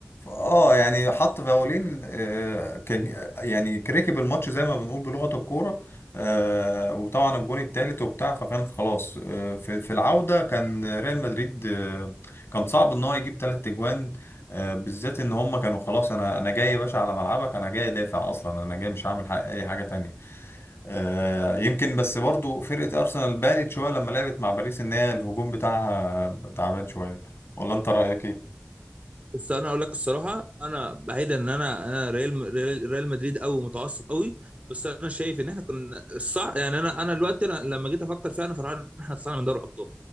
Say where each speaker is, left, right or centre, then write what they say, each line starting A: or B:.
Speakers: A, on the left (about 85°); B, on the right (about 35°).
A: اه يعني حط فاولين آه، كان يعني كركب الماتش زي ما بنقول بلغة الكورة آه، وطبعا الجون التالت وبتاع فكان خلاص آه، في في العودة كان ريال مدريد آه، كان صعب ان هو يجيب تلات اجوان آه، بالذات ان هم كانوا خلاص انا انا جاي يا باشا على ملعبك انا جاي دافع اصلا انا جاي مش هعمل ح- اي حاجة تانية آه، يمكن بس برضو فرقة ارسنال بانت شوية لما لعبت مع باريس ان هي الهجوم بتاعها تعبان شوية ولا انت رأيك ايه؟
B: بس انا اقول لك الصراحه انا بعيدا ان انا انا ريال ريال, ريال مدريد قوي متعصب قوي بس انا شايف ان احنا كنا الصح يعني انا انا دلوقتي أنا لما جيت افكر فيها انا فرحان ان احنا طلعنا من دوري الابطال